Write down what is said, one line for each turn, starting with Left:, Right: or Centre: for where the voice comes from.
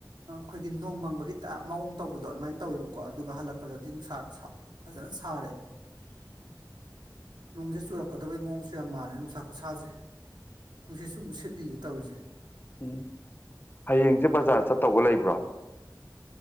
Right: ꯈꯣꯏꯒꯤ ꯅꯣꯡ ꯃꯪꯕꯒꯤ ꯃꯑꯣꯡ ꯇꯧꯕꯗꯣ ꯑꯗꯨꯃꯥꯏꯅ ꯇꯧꯋꯦꯕꯀꯣ ꯑꯗꯨꯒ ꯍꯜꯂꯛꯄꯗꯗꯤ ꯅꯨꯡꯁꯥ ꯐꯖꯅ ꯁꯥꯔꯦ
Left: <inaudible>
Right: ꯅꯨꯡꯖꯦ ꯆꯨꯔꯛꯀꯗꯕꯩ ꯃꯑꯣꯡꯁꯨ ꯌꯥꯝ ꯃꯥꯜꯂꯦ ꯅꯨꯡꯁꯥ ꯈꯨꯠꯁꯥꯖꯦ ꯅꯨꯡꯁꯤꯠ ꯁꯨ ꯑꯃꯨꯛ ꯁꯤꯠꯂꯤꯒꯦ ꯇꯧꯔꯤꯖꯦ
Left: ꯎꯝ ꯍꯌꯦꯡꯖꯦ ꯕꯖꯥꯔ ꯆꯠꯇꯧꯕ ꯂꯩꯕ꯭ꯔꯣ